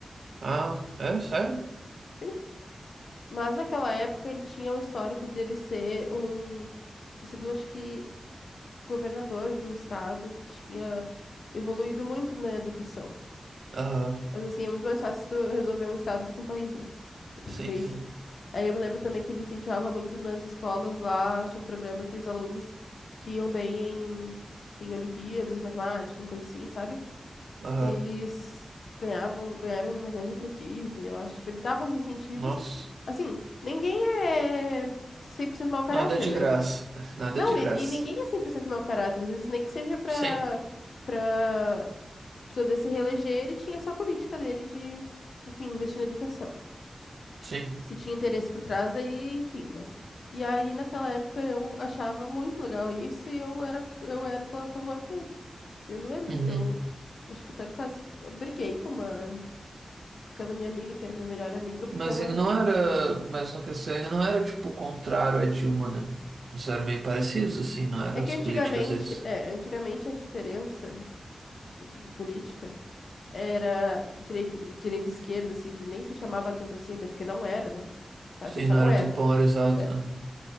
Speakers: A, on the right (about 80°); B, on the left (about 85°).
A: Ah, é? Sério?
B: Sim. Mas naquela época ele tinha um histórico de ele ser um. Tinha sido, acho que, governador de um estado que tinha evoluído muito na educação.
A: Aham.
B: Mas assim, é muito mais fácil tu resolver um estado do que um país, né? Tem
A: Sim,
B: que ver
A: sim.
B: isso. Aí eu me lembro também que ele incentivava muito nas escolas lá, tinha um programa que os alunos que iam bem em, enfim, Olimpíadas de matemática, uma coisa assim, sabe?
A: Aham.
B: Eles ganhavam, ganharam uma viagem pra Disney, eu acho. Tipo, ele dava os incentivos.
A: Nossa.
B: Assim, ninguém é 100% mau caráter,
A: Nada de
B: né?
A: graça, nada
B: Não,
A: de graça.
B: e, e ninguém é 100% mau caráter. Às vezes, nem que seja pra,
A: Sim,
B: pra pessoa se reeleger, ele tinha essa política dele de, enfim, investir na educação
A: sim.
B: se tinha interesse por trás, daí, enfim, mas. E aí, naquela época, eu achava muito legal isso e eu era, eu era a favor dele. Eu me lembro
A: Uhum.
B: que eu, acho que até quase briguei com uma, com aquela minha amiga, que era minha melhor amiga, porque
A: Mas
B: ela.
A: ele não era, mas na questão ele não era tipo contrário a Dilma, né? Eles eram meio parecidos, assim, não eram
B: É que
A: as
B: antigamente,
A: políticas deles.
B: é, antigamente a diferença de política era direita, direita e esquerda, assim, que nem se chamava tanto assim, até porque não era, né? Para
A: Sim,
B: pensar,
A: não
B: não
A: era
B: era.
A: tão polarizado.
B: é.
A: Aham,